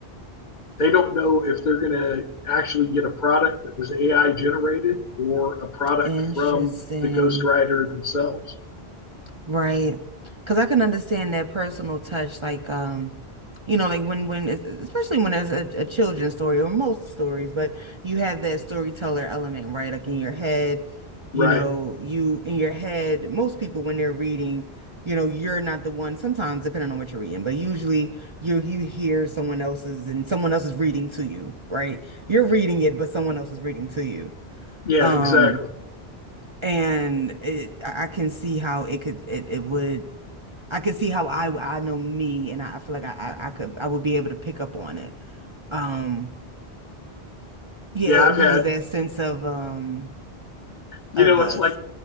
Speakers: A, on the left; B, on the right.
A: They don't know if they're going to actually get a product that was AI generated or a product
B: Interesting.
A: from the ghost writer themselves.
B: Right. Because I can understand that personal touch, like, um, you know, like when, when, es- especially when it's a, a children's story or most stories, but you have that storyteller element, right? Like in your head, you
A: Right.
B: know, you, in your head, most people when they're reading, you know, you're not the one, sometimes depending on what you're reading, but usually you, you hear someone else's and someone else is reading to you, right? You're reading it, but someone else is reading to you.
A: Yeah,
B: Um,
A: exactly.
B: and it, I I can see how it could, it, it would, I could see how I I know me, and I, feel like I, I I could I would be able to pick up on it. Um, yeah,
A: Yeah,
B: it
A: I've
B: loses
A: had,
B: that sense of um
A: you
B: of
A: know,
B: us.
A: it's like